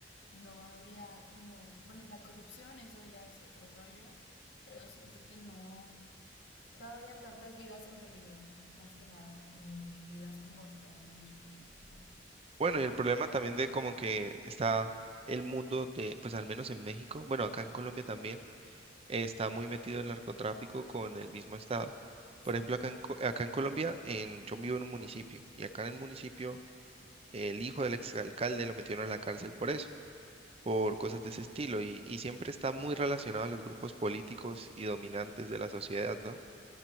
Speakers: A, on the left (about 80°); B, on the right (about 35°).
A: No habría como, bueno, la corrupción eso ya es otro rollo, pero siento que no no habrían tantas vidas en peligro, más que nada, y vidas como hasta de niños pequeños, ¿no?
B: Bueno,
A: Pero
B: y el problema también de como que está el mundo de, pues al menos en México, bueno, acá en Colombia también, eh, está muy metido el narcotráfico con el mismo estado.
A: sí.
B: Por ejemplo, acá en, Co- acá en Colombia, en, yo vivo en un municipio y acá en el municipio el hijo del exalcalde lo metieron a la cárcel por eso, por cosas de ese estilo, y, y siempre está muy relacionado a los grupos políticos y dominantes de la sociedad, ¿no?